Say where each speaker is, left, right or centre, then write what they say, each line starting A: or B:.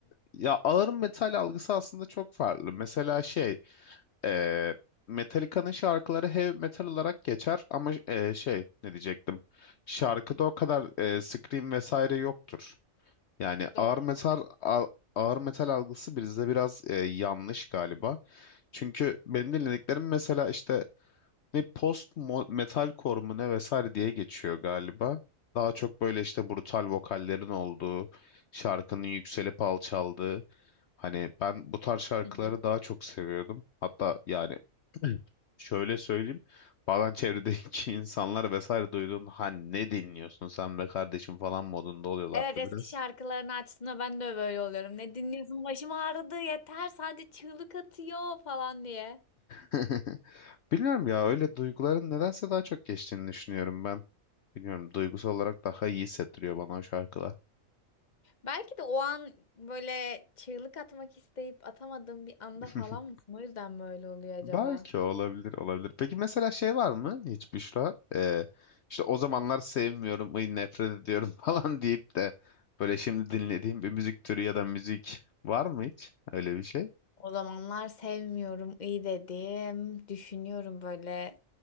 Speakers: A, on the left; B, on the left.
A: Ya ağır metal algısı aslında çok farklı. Mesela şey e, Metallica'nın şarkıları heavy metal olarak geçer ama e, şey ne diyecektim? Şarkıda o kadar e, scream vesaire yoktur. Yani
B: Doğru.
A: ağır metal al- ağır metal algısı bizde biraz e, yanlış galiba. Çünkü benim dinlediklerim mesela işte ne post mo- metalcore mu ne vesaire diye geçiyor galiba. Daha çok böyle işte brutal vokallerin olduğu, şarkının yükselip alçaldığı. Hani ben bu tarz şarkıları
B: Hı hı.
A: daha çok seviyordum. Hatta yani <clears throat> şöyle söyleyeyim. Bazen çevredeki <laughs> insanlar vesaire duyduğunda ha ne dinliyorsun sen be kardeşim falan modunda oluyorlardı
B: Evet eski
A: biraz.
B: şarkılarını açtığında ben de böyle oluyorum. Ne dinliyorsun? Başım ağrıdı yeter sadece çığlık atıyor falan diye.
A: <laughs> Bilmiyorum ya öyle duyguların nedense daha çok geçtiğini düşünüyorum ben. Bilmiyorum duygusal olarak daha iyi hissettiriyor bana o şarkılar.
B: Belki de o an böyle çığlık atmak isteyip atamadığım bir anda
A: <laughs>
B: falan mısın? O yüzden böyle oluyor acaba.
A: Belki olabilir olabilir. Peki mesela şey var mı hiç Büşra? Ee, işte o zamanlar sevmiyorum, ay nefret ediyorum <laughs> falan deyip de böyle şimdi dinlediğim bir müzik türü ya da müzik var mı hiç? Öyle bir şey
B: O zamanlar sevmiyorum iyi dedim. Düşünüyorum böyle.